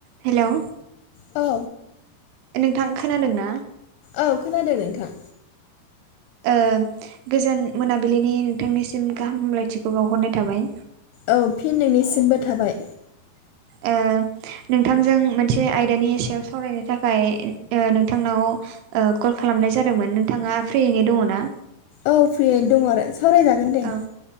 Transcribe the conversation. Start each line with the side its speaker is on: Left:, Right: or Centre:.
Right: Hello
Left: औ
Right: नोंथां खोनादों ना?
Left: औ खोनादों नोंथां
Right: ओ गोजोन मोनाबिलिनि नोंथांनिसिम गाहाम हामलायथिखौ बावहरनाय थाबाय।
Left: औ फिन नोंनिसिमबो थाबाय।
Right: ओ नोंथांजों मोनसे आयदानि सायाव सावरायनो थाखाय ओ नोंथांनाव कल खालामनाय जादोंमोन नोंथाङा फ्रियैनो दङ ना?
Left: औ फ्रियैनो दङ आरो सावरायजागोन दे।
Right: औ